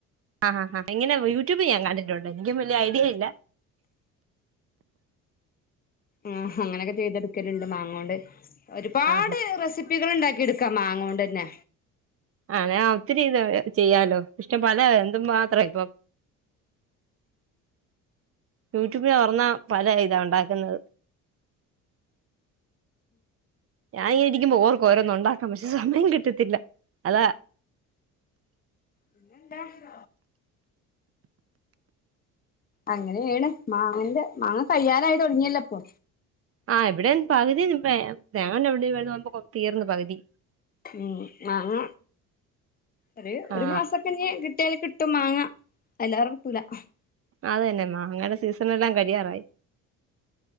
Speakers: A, on the right (about 35°); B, on the left (about 20°).
A: ആ ഹ ഹ എങ്ങനെ യൂട്യൂബ് ഞാൻ കണ്ടിട്ടുണ്ട് എനിക്ക് വലിയ ഐഡിയ ഇല്ല
B: ആഹ അങ്ങനെയൊക്കെ ചെയ്തെടുക്കലുണ്ട് മാങ്ങോണ്ട് ഒരുപാട്
A: ആ
B: റെസിപ്പികൾ ഉണ്ടാക്കി എടുക്കും ക്ക മാങ്ങ കൊണ്ടന്നെ
A: ആണ ഒത്തിരി ഇത് ചെയ്യാലോ ഇഷ്ടം പല എന്ത മാത്ര ഇപ്പൊ യൂട്യൂബന് തൊർന്നാ പല ഇതാ ഉണ്ടാക്കുന്നത് ഞാൻ ഇങ്ങനെ ഇരിക്കുമ്പോ ഓർക്കും ഓരോന്നും ഒണ്ടാക്കാം പക്ഷെ സമയം കിട്ടത്തില്ല അതാ
B: <unintelligible> അങ്ങനെയാണ് മാങ്ങന്റെ മാങ്ങ കയ്യാനായി തൊടങ്ങിയല്ലപ്പൊ
A: ആ ഇവിടെം പകുതി തേങ്ങണ്ട് <unintelligible> തീർന്ന് പകുതി
B: ഉം മാങ്ങ ഒരു
A: ആ
B: ഒരു മാസൊക്കെ നി കിട്ടിയാല് കി ഇട്ടും മാങ്ങ <unintelligible>
A: അതന്നെ മാങ്ങടെ സീസണെല്ലാം കഴിയാറായി